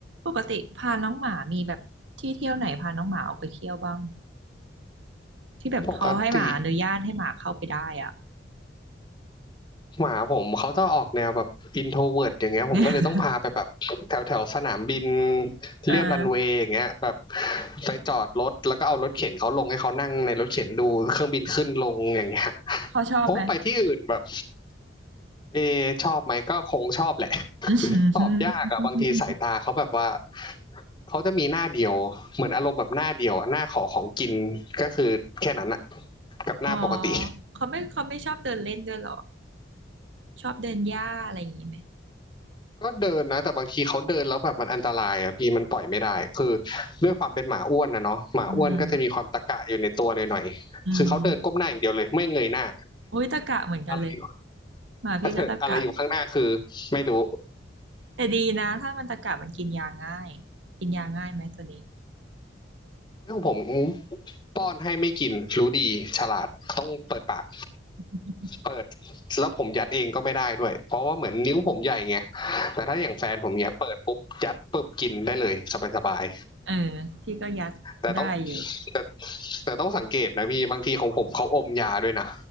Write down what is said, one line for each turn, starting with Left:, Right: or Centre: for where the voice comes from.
Right: ปกติพาน้องหมามีแบบที่เที่ยวไหนพาน้องหมาออกไปเที่ยวบ้างที่แบบพอให้หมาอนุญาตให้หมาเข้าไปได้อ่ะ
Left: ปกติหมาผมเขาจะออกแนวแบบอินโทรเวิร์ตอย่างเงี้ยผมก็เลยต้องพาไปแบบแถวแถวสนามบิน
Right: <laughs> เออ
Left: เรียบรันเวย์อย่างเงี้ยแบบไปจอดรถแล้วก็เอารถเข็นเขาลงให้เขานั่งในรถเข็นดูเครื่องบินขึ้นลงอย่างเงี้ย
Right: เขาชอบไหม
Left: เพราะว่าไปที่อื่นแบบเอชอบไหมก็คงชอบแหละ <laughs>
Right: <laughs>
Left: ตอบยากอะบางทีสายตาเขาแบบว่าเขาจะมีหน้าเดียวเหมือนอารมณ์แบบหน้าเดียวอะหน้าขอของกินก็คือแค่นั้นอะกับหน้าปกติ
Right: อ๋อเขาไม่เขาไม่ชอบเดินเล่นด้วยเหรอชอบเดินหญ้าอะไรอย่างนี้ไหม
Left: ก็เดินนะแต่บางทีเขาเดินแล้วแบบมันอันตรายอ่ะพี่มันปล่อยไม่ได้คือด้วยความเป็นหมาอ้วนนะเนาะหมาอ้วนก็จะมีความตะกะอยู่ในตัวหน่อยๆคือเขาเดินก้มหน้าอย่างเดียวเลยไม่เงยหน้า
Right: อืมอืมอุ้ยตะกะเหมือนกันเลย
Left: อะไรอยู่
Right: หมาพี่ก็ตะกะ
Left: <laughs> อะไรอยู่ข้างหน้าคือไม่รู้
Right: แต่ดีนะถ้ามันตะกะมันกินยาง่ายกินยาง่ายไหมตัวนี้
Left: ของผมป้อนให้ไม่กินรู้ดีฉลาดต้องเปิดปาก
Right: <laughs>
Left: เปิดแล้วผมยัดเองก็ไม่ได้ด้วยเพราะว่าเหมือนนิ้วผมใหญ่ไงแต่ถ้าอย่างแฟนผมเนี้ยเปิดปุ๊บยัดปุ๊บกินได้เลยสบาย
Right: เออพี่ก็ยัดได้อยู่
Left: ๆแต่ต้องแต่แต่ต้องสังเกตนะพี่บางทีของผมเขาอมยาด้วยนะ